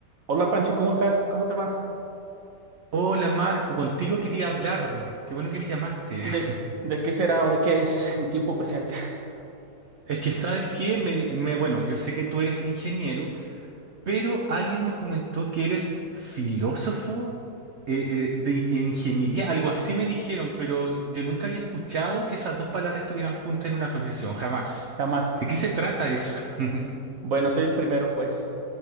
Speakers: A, on the right (about 65°); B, on the right (about 80°).
A: Hola Pancho, ¿cómo estás? ¿Cómo te va?
B: Hola Marco, contigo quería hablar. Qué bueno que me llamaste.
A: ¿De,
B: <laughs>
A: de qué será o de qué es en tiempo presente?
B: Es
A: <laughs>
B: que sabes qué, me, me- bueno, yo sé que tú eres ingeniero, pero alguien me comentó que eres filósofo eh, eh, de in- ingeniería, algo así me dijeron, pero yo nunca había escuchado que esas dos palabras estuvieran juntas en una profesión, jamás.
A: Jamás.
B: ¿De qué se trata eso? <laughs>
A: Bueno, soy el primero, pues.